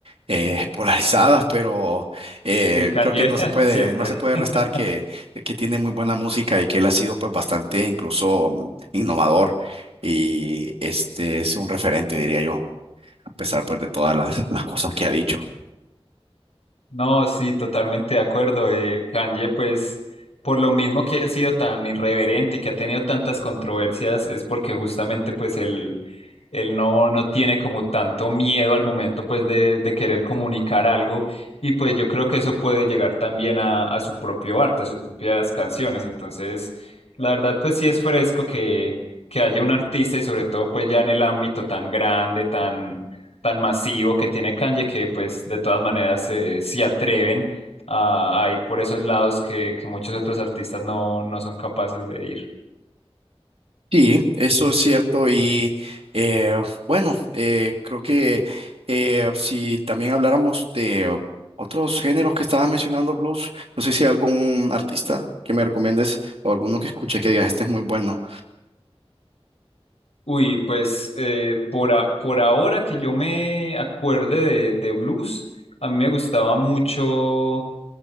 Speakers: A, on the right; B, on the left.
A: eh, polarizadas, pero eh,
B: Y Kanye,
A: creo que no
B: <laughs>
A: se puede,
B: siempre.
A: no se puede
B: <laughs>
A: restar que, que tiene muy buena música y que él ha sido pues bastante incluso mm, innovador y este es un referente, diría yo a pesar pues de todas las, las cosas que ha dicho.
B: No, sí, totalmente de acuerdo. Eh, Kanye, pues, por lo mismo que ha sido tan irreverente y que ha tenido tantas controversias, es porque justamente, pues, él, él no, no tiene como tanto miedo al momento, pues, de, de querer comunicar algo. Y pues yo creo que eso puede llegar también a, a su propio arte, a sus propias canciones. Entonces, la verdad, pues, sí es fresco que, que haya un artista y sobre todo, pues, ya en el ámbito tan grande, tan tan masivo que tiene Kanye que pues de todas maneras eh, se atreven a, a ir por esos lados que, que muchos otros artistas no, no son capaces de ir.
A: Sí, eso es cierto y eh, bueno, eh, creo que eh, si también habláramos de otros géneros que estabas mencionando, blues, no sé si hay algún artista que me recomiendes o alguno que escuche que digas, este es muy bueno.
B: Uy, pues eh, por, a- por ahora que yo me acuerde de, de blues, a mí me gustaba mucho,